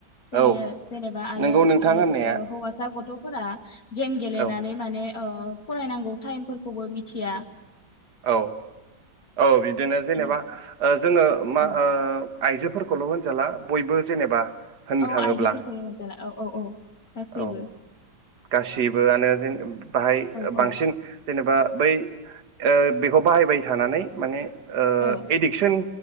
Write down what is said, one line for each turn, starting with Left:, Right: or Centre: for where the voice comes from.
Left: जेने
Right: औ
Left: जेनेबा आरो
Right: नोंगौ नोंथां
Left: ओ
Right: होननाया
Left: सो हौवासा गथ'। फोरा। गेम गेलेनानै
Right: औ
Left: माने। ओ फरायनांगौ टाइमफोरखौबो मिथिया।
Right: औ औ बिद बिदिनो जेनेबा
Left: ए,
Right: ओ जोङो मा
Left: औ
Right: ओ। आइजोफोरखौल होनजाला बयबो जेनेबा। होननो
Left: औ
Right: थाङोब्ला
Left: आइजोफोरखौल' मोनजाला औ औ औ गासैबो
Right: औ गासैबोआनो जों बाहाय
Left: औ
Right: बांसिन
Left: औ
Right: जेनेबा बै ओ बेखौ बाहायबाय थानानै माने ओ
Left: औ
Right: इडिक्सन